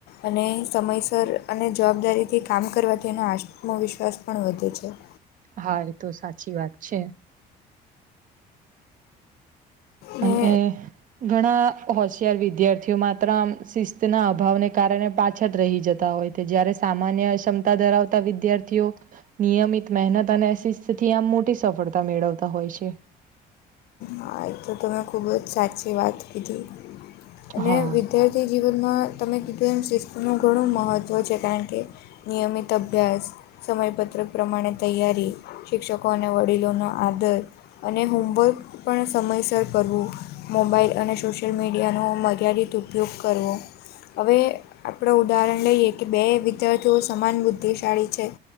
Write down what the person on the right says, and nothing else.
હા એ તો સાચી વાત છે.
અનએ ઘણા હોશિયાર વિદ્યાર્થીઓ માત્ર આમ શિસ્તના અભાવને કારણે પાછળ રહી જતા હોય. તે જ્યારે સામાન્ય ક્ષમતા ધરાવતા વિદ્યાર્થીઓ નિયમિત મહેનત અને શિસ્ત થી આમ મોટી સફળતા મેળવતા હોય છે.
હા